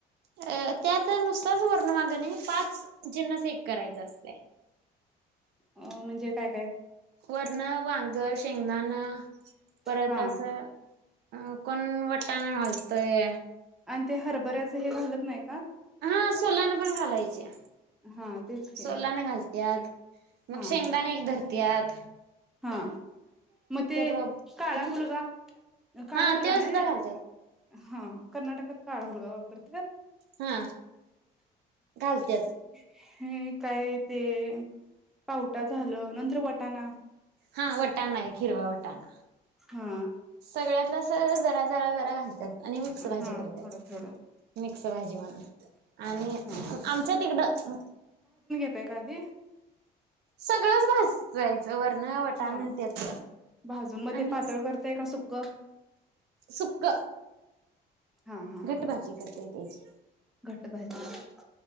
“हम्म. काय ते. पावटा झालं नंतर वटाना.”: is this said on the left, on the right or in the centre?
Centre